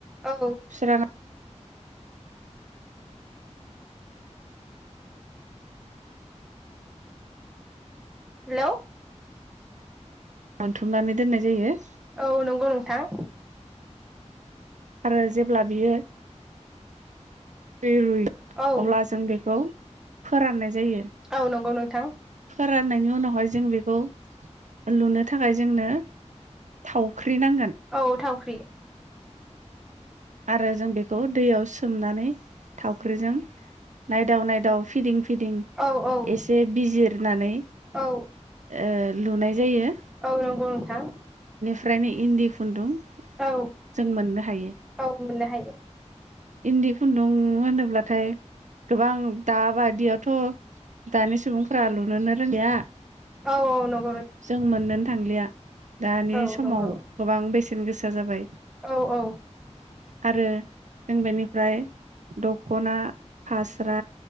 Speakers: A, in the centre; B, on the right.
A: औ।
B: सुस्राना
A: हेलौ
B: बोनथुमनानै दोननाय जायो।
A: औ नंगौ नोंथां।
B: आरो जेब्ला बियो‌ रुय रुय
A: औ
B: अब्ला जों बेखौ फोराननाय जायो
A: औ नंगौ नोंथां
B: फोराननायनि उनावहाय जों बेखौ लुनो थाखाय जोंनो थावख्रि नांगोन
A: औ थावख्रि
B: आरो जों बेखौ दैयाव सोमनानै थावख्रिजों नायदाव नायदाव फिदिं फिदिं
A: औ औ
B: एसे बिजिरनानै
A: औ
B: ओ लुनाय जायो।
A: औ नंगौ नोंथां।
B: फ्रायनो इन्दि खुन्दुं
A: औ
B: जों मोननो हायो
A: औ मोननो हायो।
B: इन्दि खुन्दुं होनोब्लाथाय गोबां दाबायदियावथ' दानि सुबुंफोरा लुनोनो रोंलिया
A: औ औ नं
B: जों मोननोनो थांलिया। दानि
A: औ
B: समाव
A: नंगौ
B: गोबां बेसे सेन गोसा जाबाय।
A: औ औ
B: आरो जों बेनिफ्राय दख'ना फास्रा